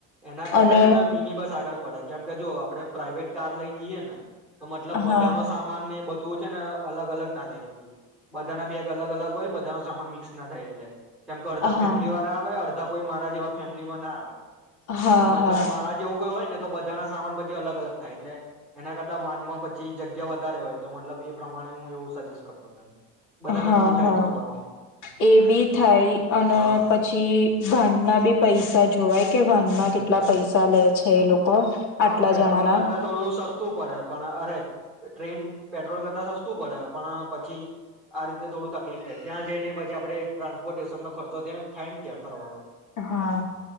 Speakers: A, in the centre; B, on the left.
A: એના કરતા
B: અને
A: જ ને મિની બસ આગળ પડે કેમ કે જો આપડે પ્રાાઈવેટ કાર લઈને જઈએે ને તો મતલબ બધાનો
B: હા
A: સામાન ને એ બધું બધું છે ને અલગ અલગ ના થાય પછી બધાના બેગ અલગ અલગ હોય બધા ન સામાન મિક્સ ના થાય એટલે. કેમ કે અડધા
B: હા
A: ફેમિલી વાળા હોય અડધા કોઈ મહારાજ ફેમલીમાં ના આવે
B: હા
A: તો મતલબ
B: હા
A: મારા જેવું કોઈ હોય ને તો બધા ના સામાન પછી અલગ અલગ થાય એટલે એના કરતા વાન માં પછી જગ્યા વધારે હોય તો મતલબ એ પ્રમાણે હું એવું સજેસ્ટ કરતોતો એમ. બધા
B: હા
A: નક્કી થાય
B: હા
A: તો હતો આમ
B: એ બી થાય અને
A: હા
B: પછી ભાનના બી પૈસા જોવાય. કે વનમાં
A: હમ
B: કેટલા પૈસા લે છે લોકો
A: આમ
B: આટલા
A: પેટ્રોલ
B: જણાના
A: કરતા થોડું સસ્તું સસ્તું પડે પણ અરે ટ્રેન પેટ્રોલ કરતા સસ્તું પડે પણ પછી આ રીતે થોડું તકલીફ થાય ત્યાં જઈને પછી આપડે ટ્રાન્સપોર્ટેશન નો ખર્ચો ત્યાં થાય ને ત્યાં ફરવાનો
B: હા